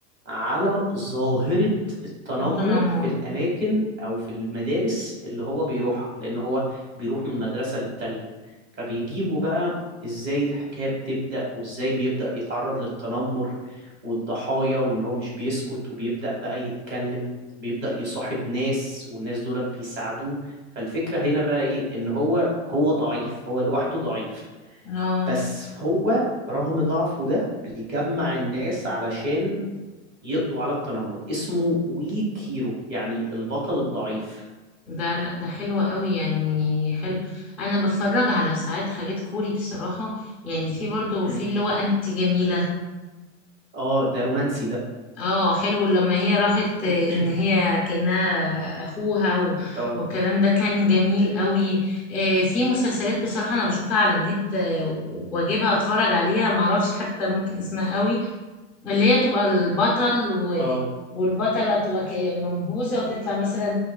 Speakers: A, on the right (about 25°); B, in the centre.
A: على ظاهرة التنمر
B: التنمر
A: في الأماكن أو في المدارس اللي هو بيروحها لأن هو بيروح من مدرسة للتانية فبيجيبوا بقى إزاي الحكاية بتبدأ وإزاي بيبدأ يتعرض للتنمر والضحايا وإن هو مش بيسكت وبيبدأ بقى يتكلم بيبدأ يصاحب ناس والناس دولت بيساعدوه فالفكرة هنا بقى ايه ان هو هو ضعيف هو لوحده ضعيف
B: اه
A: بس هو رغم ضعفه ده بيجمع الناس علشان يقضوا على التنمر اسمه ويك هيرو يعني البطل الضعيف
B: ده لا ده حلو قوي يعني حلو انا بتفرج على ساعات حاجات كوري بصراحة يعني في برضو
A: مم.
B: في اللي هو انت جميلة
A: اه ده رومانسي ده
B: اه حلو لما هي راحت آه،
A: <clears throat>
B: ان هي كانها اخوها و...
A: اه
B: والكلام ده كان جميل قوي آه في مسلسلات بصراحة انا بشوفها على النت آه واجيبها اتفرج عليها معرفش حتى ممكن اسمها قوي اللي هي تبقى البطل و...
A: اه
B: والبطلة تبقى ك- منبوذة وتطلع مثلا